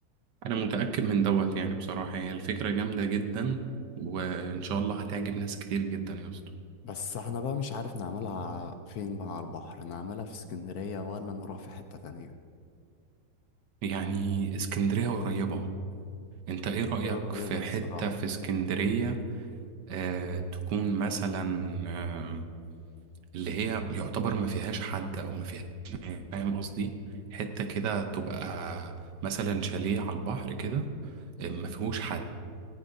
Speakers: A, on the right (about 75°); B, on the left (about 65°).
A: انا متأكد من دوت يعني بصراحة هي الفكرة جامدة جدا وان شاء الله هتعجب ناس كتير جدا يا اسطى
B: بس احنا بقى مش عارف نعملها فين بقى على البحر نعملها في اسكندرية ولا نروح في حتة تانية
A: يعني اسكندرية قريبة انت ايه رأيك
B: هي قريبة
A: في
B: الصراحة
A: حتة في اسكندرية آه تكون مثلا آه اللي هي يعتبر ما فيهاش حد او ما فيهاش ناس، فاهم قصدي حتة كده تبقى مثلا شاليه على البحر كده آه، ما فيهوش حد